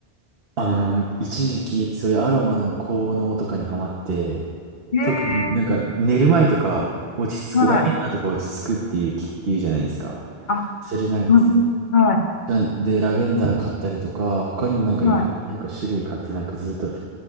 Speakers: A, on the right; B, on the left.
A: あの、一時期そういうアロマの効能とかにハマって、
B: いえ
A: 特になんか寝る前とか落ち着く、
B: ー、はい。
A: ラベンダーとか落ち着くっていう聞言うじゃないですか。
B: あ、
A: それなんか、
B: うん、はい。
A: なで、ラベンダー買ったりとか、他にもなんかいろいろなんか種類買ってなんかずっと
B: は